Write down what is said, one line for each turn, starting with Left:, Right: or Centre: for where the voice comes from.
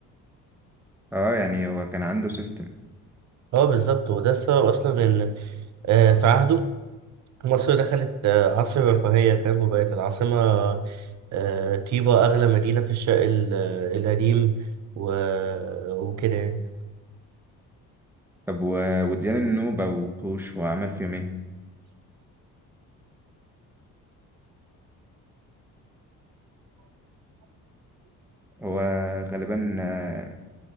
Centre: اه يعني هو كان عنده سيستم
Right: اه بالظبط وده السبب أصلا إن آه، في عهده مصر دخلت آه، عصر الرفاهية فاهم وبقت العاصمة آه، طيبة أغلى مدينة في الشرق ال- آه، القديم و... وكده يعني.
Centre: طب و... وديان النوبة وكوش هو عمل فيهم ايه هو غالبا آه،